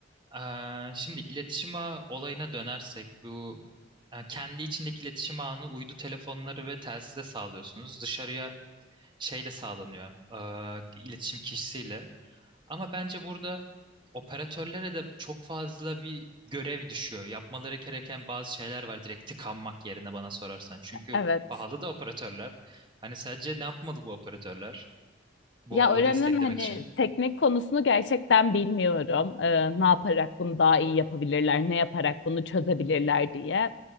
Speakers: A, on the right (about 25°); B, on the left (about 65°).
A: Ee, şimdi iletişim ağı olayına dönersek bu e, kendi içindeki iletişim ağını uydu telefonları ve telsize sağlıyorsunuz. Dışarıya şeyle sağlanıyor e, iletişim kişisiyle. Ama bence burada operatörlere de çok fazla bir görev düşüyor. Yapmaları gereken bazı şeyler var direkt tıkanmak yerine bana sorarsan. Çünkü
B: Evet.
A: pahalı da operatörler. Hani sence ne yapmalı bu operatörler bu
B: Ya
A: ağı
B: öğrenin
A: desteklemek
B: hani
A: için?
B: teknik konusunu gerçekten bilmiyorum. Ee, ne yaparak bunu daha iyi yapabilirler, ne yaparak bunu çözebilirler diye.